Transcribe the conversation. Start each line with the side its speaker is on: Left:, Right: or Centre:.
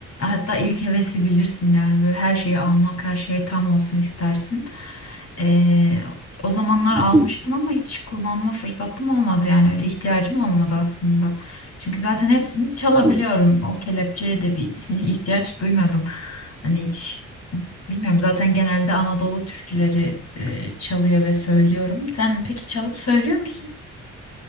Left: Hatta ilk hevesi bilirsin yani böyle her şeyi almak her şey tam olsun istersin. Ee, o zamanlar almıştım
Centre: Hı hı,
Left: ama hiç kullanma fırsatım olmadı yani öyle ihtiyacım olmadı aslında. Çünkü zaten hepsini çalabiliyorum
Centre: hı.
Left: o kelepçeye de bir <laughs> ihtiyaç duymadım. Hani hiç. Bilmiyorum zaten genelde Anadolu türküleri e, çalıyor ve söylüyorum. Sen peki çalıp söylüyor musun?